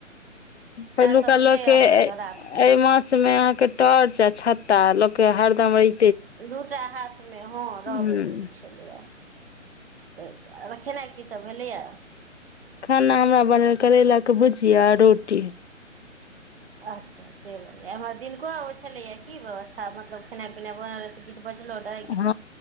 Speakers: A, on the left (about 55°); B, on the right (about 45°).
A: पहिलुका
B: सब
A: लोक
B: छै
A: के
B: अहाँके राखल
A: अइ मास मे अहाँके टॉर्च आ छत्ता लोक के हरदम रै
B: दूटा हाथ मे हॅं रहबे
A: ह
B: करै छलै। छलैए तइ दुआरे खेनाइ की सब भेलैए।
A: खाना हमरा बनल करैला के भुजिया, रोटी।
B: अच्छा से बनलै, एमहर दिनको ओ छलैए की व्यवस्था मतलब खेनाइ पिनाइ बनल रह से किछ बचलो रहे।
A: हँ